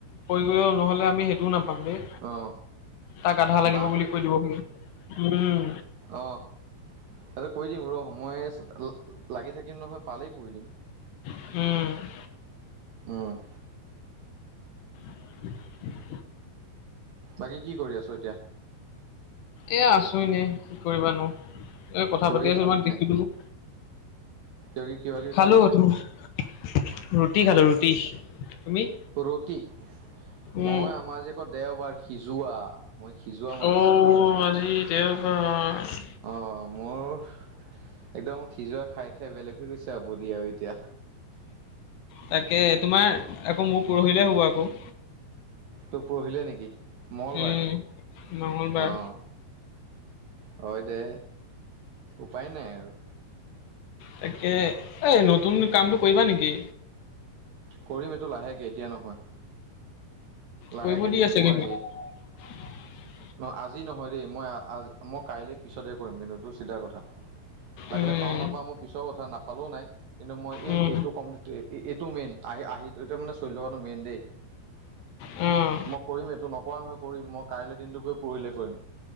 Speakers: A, on the left; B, on the right.
A: পৰি গ'লে হ' নহলে আমি সেইটোও নাপাম বে।
B: অ
A: তাক আধা লাগিব
B: বাহ
A: বুলি কৈ দিব হো। উম্
B: অঁ, এইটো কয়ি দিম ৰহ! মই লাগি থাকিম নহয় পালেই কৰি দিম।
A: উম্
B: উম'
A: <inaudible>
B: বাকী কি কৰি আছ এতিয়া?
A: এ আছো এনে, কি কৰিবানো! এই কথা-পাতি
B: কিবা কিবি
A: <unintelligible>
B: খালি
A: দেখিলো।
B: নাই কিবা কিবি কিবা কিবি
A: খালো
B: খালি নাই
A: তুমাৰ ৰুটি খালো ৰুটি। তুমি?
B: ৰুটি। মই
A: উম
B: আমাৰ যে ক' দেওবাৰ সিজোৱা মই সিজোৱা মাৰিছো
A: অ' আজি দেওবাৰ!
B: অ মোৰ, একদম সিজোৱা খাই-খাই বেলেগ হৈ গৈছে আৰু বডি আৰু এতিয়া।
A: তাকে তোমাৰ আকৌ মোৰ পৰহিলে হ'ব আকৌ।
B: তোৰ পৰহিলে নেকি? মঙলবাৰ।
A: উম। মঙলবাৰ
B: অঁ। হয় দে। উপায় নাই আৰু!
A: তাকে, অই' নতুন কামটো কৰিবা নেকি?
B: কৰিম এইটো লাহেকে এতিয়া নহয়। লাহেকৈ
A: কৰিব দি
B: দেই
A: আছে
B: মই
A: কিন্তু <inaudible>
B: নহ আজি নহয় দেই মই মই কাইলৈ পিছতহে কৰিম কিন্তু এইটো চিধা কথা লাগিলে
A: উম
B: পাওঁ নাপাওঁ মোৰ পিছৰ কথা নাপালেও নাই কিন্তু মই এই
A: উম
B: এইটো কম এইটো মেইন আহি আহিতিয়া মানে চলি থকাটো মেইন দেই
A: উম
B: মই কৰিম এইটো নকৰা নহয় কৰিম মই কাইলৈ দিনটোকে পৰহিলে কৰিম